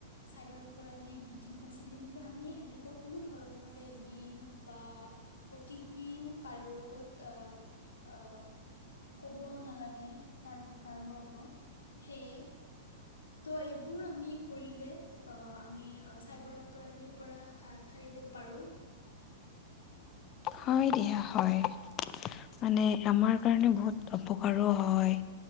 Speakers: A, on the left; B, on the left.
A: চাইবাৰ অপৰাধী বৃদ্ধি পাইছে, সেইবাবে আমি এনেকুৱা কোনো ধৰণৰে লিংক বা অ' টি পিও কাৰো লগত অ', অ' ক'বও নালাগে কাৰো কাৰো আগত। সেয়ে ত' এইবোৰ আমি কৰিলে, আমি চাইবাৰ অপৰাধীৰ পৰা হাত সাৰিব পাৰোঁ।
B: হয় দিয়া, হয়। মানে আমাৰ কাৰণে বহুত অপকাৰো হয়।